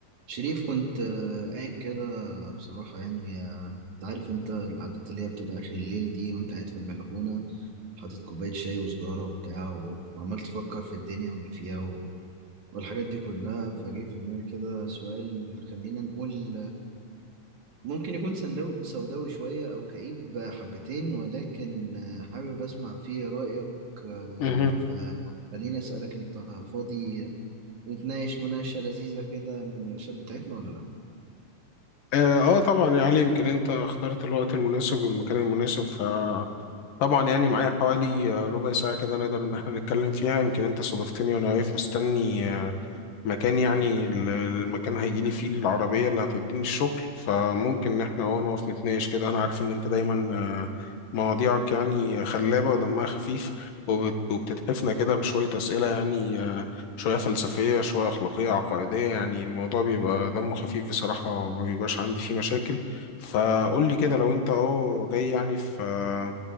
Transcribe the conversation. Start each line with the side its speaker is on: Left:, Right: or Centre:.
Right: شريف كنت آه، قاعد كده بصراحة يعني آه، انت عارف انت القعدات اللي هي بتبقى آخر الليل دي وانت قاعد في البلكونة حاطط كوباية شاي وسجارة وبتاع و... وعمال تفكر في الدنيا واللي فيها و... والحاجات دي كلها فجه في دماغي كده سؤال خلينا نقول آه، ممكن يكون سندو... سوداوي شوية أو كئيب آه، حبتين ولكن آه، حابب أسمع فيه رأيك آه،
Left: مهم.
Right: فخليني أسألك انت فاضي نتناقش مناقشة لذيذة كده من الشاب بتاعتنا ولا لأ؟
Left: اه آه، طبعا يا علي يمكن انت اخترت الوقت المناسب والمكان المناسب فطبعا يعني معايا حوالي آه، ربع ساعة كده نقدر ان احنا نتكلم فيها يمكن انت صادفتني وانا واقف مستني آه، مكان يعني ال- المكان هيجي لي فيه العربية اللي هتوديني الشغل فممكن إن إحنا أه نقف نتناقش كده أنا عارف إن أنت دايما آه، مواضيعك يعني خلابة ودمها خفيف وبت- وبتتحفنا كده بشوية أسئلة يعني آه، شوية فلسفية شوية أخلاقية عقائدية يعني الموضوع بيبقى دمه خفيف بصراحة وما بيبقاش عندي فيه مشاكل فقول لي كده لو أنت أه جاي يعني في آه،